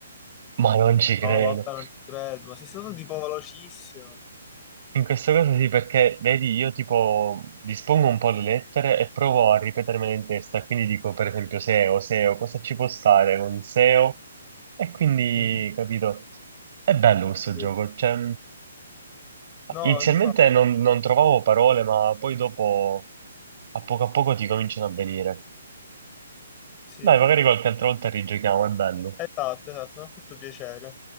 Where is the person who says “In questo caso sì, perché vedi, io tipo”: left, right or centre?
Right